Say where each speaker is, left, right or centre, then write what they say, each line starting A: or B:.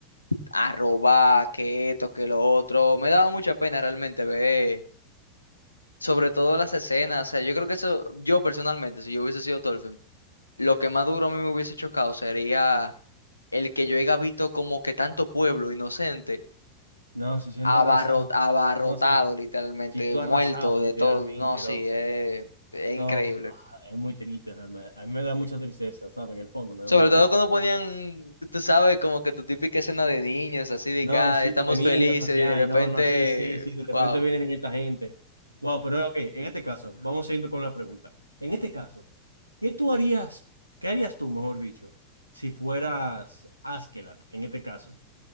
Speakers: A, on the left; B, on the right.
A: a robar, que esto, que lo otro. Me daba mucha pena realmente ver, sobre todo las escenas. O sea, yo creo que eso, yo personalmente, si yo hubiese sido Thorfinn, lo que más duro a mí me hubiese chocado sería el que yo haya visto como que tanto pueblo inocente
B: No, sí, siendo
A: abarro-
B: arrasado.
A: abarrotado,
B: No, sí,
A: literalmente,
B: siendo
A: muerto
B: arrasado, literalmente,
A: de todo. No, sí,
B: loco.
A: es, es
B: No,
A: increíble.
B: ah, es muy triste, realmente. A mí me da mucha tristeza, ¿sabes? En el fondo, me
A: Sobre
B: da mucha
A: todo
B: tristeza.
A: cuando ponían, tú sabes, como que tu típica escena de niños, así de
B: No,
A: que ah,
B: sí,
A: estamos
B: de niños,
A: felices
B: así,
A: y de
B: ay,
A: repente,
B: no, no, sí, sí, sí, de repente
A: wow.
B: vienen esta gente. Wow, pero ok, en este caso, vamos siguiendo con la pregunta. En este caso, ¿qué tú harías, qué harías tú, mejor dicho, si fueras Askeladd, en este caso?